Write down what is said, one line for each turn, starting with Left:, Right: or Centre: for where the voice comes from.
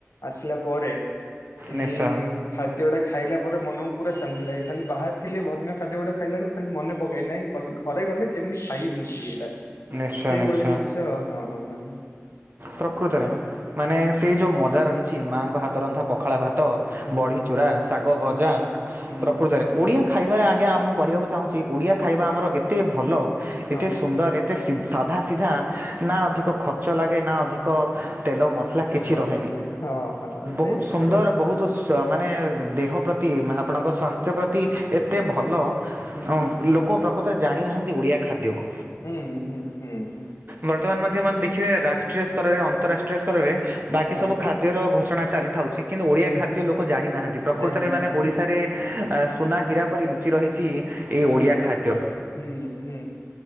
Left: ଆସିଲା ପରେ ସେଇ
Right: ନିଶ୍ଚୟ
Left: ଖାଦ୍ୟ ଗଟା ଖାଇଲା ପରେ ମନକୁ ପୁରା ଶାନ୍ତି ଲାଗେ। ଖାଲି ବାହାରେ ଥିଲେ ଭନ୍ୟା ଖାଦ୍ୟ ଗୁଡା ଖାଇଲା ବେକୁ ଖାଲି ମନେ ପକାଇ। ନାଇଁ ଘରେ ଗଲେ କେମିତି ଖାଇ ମୁଁ ସେ ଏଇଟା
Right: ନିଶ୍ଚୟ
Left: ସେଇଭଳି
Right: ନିଶ୍ଚୟ
Left: ଜିନିଷ। ହଁ ହଁ ହଁ!
Right: ପ୍ରକୃତରେ!
Left: ହଁ,
Right: ମାନେ ସେ ଯେଉଁ ମଜା ରହିଛି ମାଆଙ୍କ ହାତରନ୍ଧତା ପଖାଳ ଭାତ
Left: ହୁଁ
Right: ବଢି
Left: ହୁଁ
Right: ଚୁରା, ଶାଗ
Left: ହୁଁ
Right: ଭଜା
Left: ହୁଁ
Right: ପ୍ରକୃତରେ
Left: ହୁଁ
Right: ଓଡିଆ ଖାଇବାରେ ଆଗ ଆଜ୍ଞା ମୁଁ କହିବାକୁ ଚାହୁଁଛି ଓଡିଆ ଖାଇବା ଆମର ଏତେ ଭଲ, ଏତେ
Left: ହଁ ହଁ।
Right: ସୁନ୍ଦର ଏ ଏତେ ସି ସାଧା ସିଧା। ନା ଅଧିକ ଖର୍ଚ୍ଚ ଲାଗେ ନା ଅଧିକ ତେଲ ମସଲା କିଛି
Left: ମସ୍ତ
Right: ରହେନି
Left: ଲାଗେ ହଁ ହଁ
Right: ବହୁତ
Left: ନାଇଁ ନାଇଁ
Right: ସୁନ୍ଦର
Left: ବଢିଆ କଥା
Right: ବହୁତ
Left: ଟେ
Right: ସୁ ମାନେ ଦେହ ପ୍ରତି ଆପଣଙ୍କ ସ୍ୱାସ୍ଥ୍ୟ ପ୍ରତି ଏତେ ଭଲ
Left: ହୁଁ
Right: ଅ ଲ ଲୋକ ପ୍ରକୃତରେ ଜାଣିନାହାନ୍ତି ଓଡ଼ିଆ ଖାଦ୍ୟକୁ।
Left: ହୁଁ ହୁଁ ହୁଁ ହୁଁ!
Right: ବର୍ତ୍ତମାନ ମଧ୍ୟ ମାନେ ଦେଖିବେ ରାଷ୍ଟ୍ରୀୟ ସ୍ତରରେ ଅନ୍ତରାଷ୍ଟ୍ରୀୟ ସ୍ତରରେ ବାକି
Left: ହଁ।
Right: ସବୁ ଖାଦ୍ୟର ଘୋଷଣା ଚାଲି ଥାଉଛି କିନ୍ତୁ ଓଡିଆ
Left: ହଁ।
Right: ଖାଦ୍ୟ ଲୋକ ଜାଣିନାହାନ୍ତି ପ୍ରକୃତରେ
Left: ଜାଣିନାହାନ୍ତି
Right: ମାନେ ଓଡିଶାରେ ସୁନା ହୀରା ପରି ଲୁଚି ରହିଛି ଏଇ ଓଡ଼ିଆ ଖାଦ୍ୟ।
Left: ହୁଁ ହୁଁ